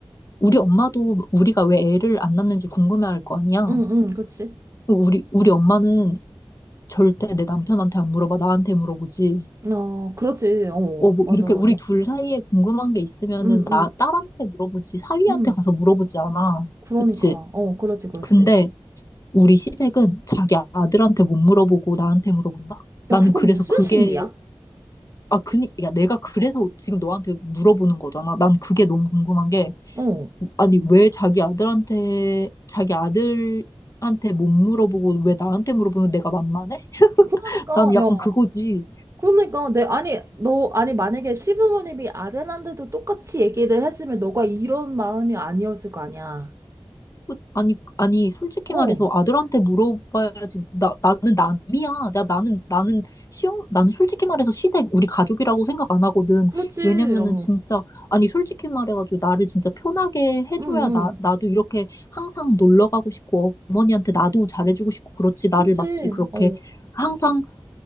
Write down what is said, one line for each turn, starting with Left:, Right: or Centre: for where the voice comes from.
Left: 우리 엄마도 우리가 왜 애를 안 낳는지 궁금해할 거 아니야.
Right: 응, 응, 그치.
Left: 그 우리 우리 엄마는 절대 내 남편한테 안 물어봐. 나한테 물어보지.
Right: 어, 그렇지. 어,
Left: 어, 뭐
Right: 맞아,
Left: 이렇게
Right: 맞아.
Left: 우리 둘 사이에 궁금한 게 있으면은
Right: 응, 응,
Left: 나 딸한테 물어보지. 사위한테
Right: 응.
Left: 가서 물어보지 않아.
Right: 그러니까,
Left: 그치?
Right: 어, 그렇지, 그렇지.
Left: 근데 우리 시댁은 자기 아들한테 못 물어보고 나한테 물어본다. 나는
Right: 야, 그거
Left: 그래서
Right: 무슨
Left: 그게
Right: 심리야?
Left: 아, 그니 야 내가 그래서 지금 너한테 물어보는 거잖아. 난 그게 너무 궁금한 게
Right: 어.
Left: 아니 왜 자기 아들한테 자기 아들한테 못 물어보고 왜 나한테 물어보면 내가 만만해?
Right: 그러니까,
Left: 나는 약간
Right: 야,
Left: 그거지.
Right: 그러니까, 내, 아니, 너, 아니, 만약에 시부모님이 아들한테도 똑같이 얘기를 했으면 너가 이런 마음이 아니었을 거 아니야.
Left: 그- 아니, 아니, 솔직히
Right: 어,
Left: 말해서 아들한테 물어봐야지. 나, 나는 남이야. 나, 나는, 나는 시험, 나는 솔직히 말해서 시댁 우리 가족이라고 생각 안 하거든.
Right: 그렇지,
Left: 왜냐면은
Right: 어,
Left: 진짜, 아니, 솔직히 말해가지고 나를 진짜 편하게 해줘야
Right: 응, 응,
Left: 나, 나도 이렇게 항상 놀러 가고 싶고 어머니한테 나도 잘해주고 싶고 그렇지.
Right: 그렇지,
Left: 나를 마치 그렇게
Right: 어,
Left: 항상